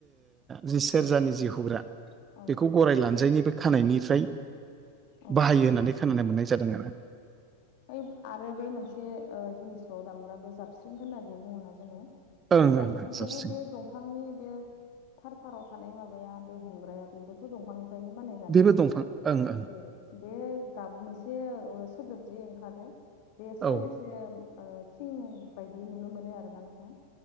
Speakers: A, on the right (about 20°); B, on the left (about 45°).
A: जि सेरजानि जि हुग्रा
B: औ
A: बेखौ गराय लानजायनिबो खानायनिफ्राय
B: औ
A: बाहायो होननानै खोनानो मोननाय जादों आरो
B: ओ आरो बे मोनसे ओ जिनिसाव दामग्रा बे जाबस्रिं होननादि बुङोना जोङो
A: ओं
B: बे जाबस्रिंखौबो
A: ओं ओं साबसिन
B: बे दंफांनि बे थार फाराव थानाय माबा बे हमग्राया बेबोथ' दंफां <unintelligible> बानायजानाय
A: बेबो दंफां ओं ओं
B: औ बे गाब मोनसे औ ओ सोदोब जि ओंखारो बेसो
A: औ
B: एसे ओ थिं बायदि नुनो मोनो आरोना नोंथां